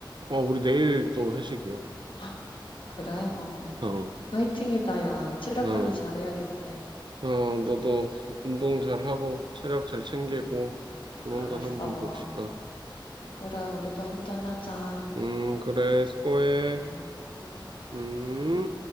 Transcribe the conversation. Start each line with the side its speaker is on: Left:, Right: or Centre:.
Right: 어, 우리 내일 또 회식이야.
Left: <laughs> 그래? 어.
Right: 어,
Left: 화이팅이다, 야. 체력
Right: 어,
Left: 관리 잘해야겠네.
Right: 어, 너도 운동 잘하고 체력 잘 챙기고
Left: 음,
Right: 조만간
Left: 알았어.
Right: 한번 봅시다.
Left: 그래, 우리도 한잔하자.
Right: 음, 그래, 수고해.
Left: 음. 음.
Right: 음.